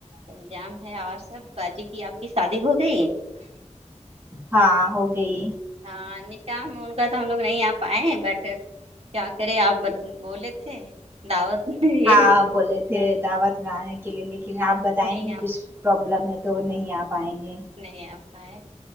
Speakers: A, on the right; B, on the right.
A: انجام ہے اور سب باجی کی آپ کی شادی ہو گئی
B: ہاں ہو گئی
A: ہاں نکاح میں ان کا تو ہم لوگ نہیں آ پائے ہیں بٹ کیا کرے آپ مت بولے تھے دعوت میں یہ
B: ہاں آپ بولے تھے
A: ہاں
B: دعوت میں آنے کے لیے لیکن آپ بتائیں
A: نہیں
B: تھے
A: آپ
B: کچھ پرابلم ہے تو نہیں آ پائیں گے
A: نہیں آ پائے